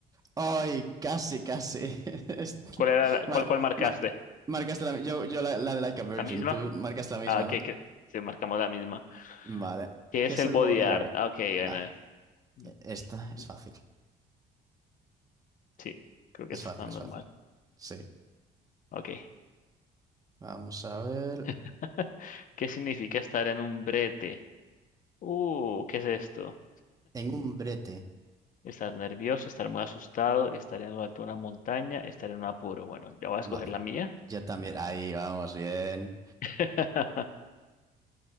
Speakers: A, on the right (about 20°); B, on the left (about 50°).
A: Ay, casi, casi. <laughs> Es-
B: ¿Cuál era la-
A: Mar-
B: cuál, cuál marcaste?
A: mar- marcaste la... Yo, yo la, la de Like a Virgin.
B: ¿La misma?
A: Tú marcaste la misma,
B: Ah, ok,
A: ¿no?
B: que sí, marcamos la misma.
A: Vale.
B: ¿Qué
A: ¿Qué
B: es
A: es
B: el
A: el
B: body
A: body
B: art?
A: art?
B: Ah, Ok, bueno,
A: Va,
B: Mm,
A: e- esta es fácil.
B: Sí, creo
A: Es
B: que eso
A: fácil,
B: está
A: es
B: normal.
A: fácil. Sí.
B: Ok.
A: Vamos a ver.
B: <laughs> ¿Qué significa estar en un brete? Uh, ¿qué es esto?
A: En un brete.
B: Estar nervioso, estar muy asustado, estar en lo alto de una montaña, estar en un apuro. Bueno, ya voy a
A: Vale.
B: escoger la mía.
A: Ya también. Ahí vamos, bien.
B: <laughs>